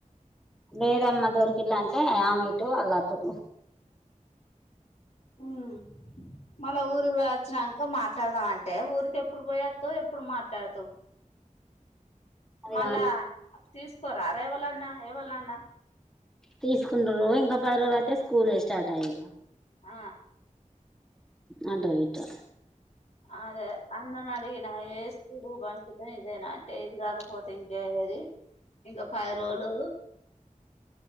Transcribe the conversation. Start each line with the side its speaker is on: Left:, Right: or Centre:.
Centre: లేదమ్మ దొరికిల్లు అంటే ఆమె ఇటు ఆల్లటు
Left: మ్మ్ మళ్ళ ఊరురా వచ్చినంక ఇంకా మాట్లాడదాం అంటే ఊరికెప్పుడు పోయత్తవ్ ఎప్పుడు మాట్లాడుతావు
Centre: అది
Left: మళ్ళా
Centre: కాని
Left: తీసుకోరార ఎవళన్నా ఎవలినన్న
Centre: తీసుకుంటరు ఇంకా పది రోలైయితే స్కూలే స్టార్ట్ అయే
Left: ఆ
Centre: అటో ఇటో
Left: అదే అన్నను అడిగిన ఏ స్కూల్కి పంపిద్దం ఇదేనా అంటే ఇది కాకపోతే ఇంకేది ఇంకా పది రోజులు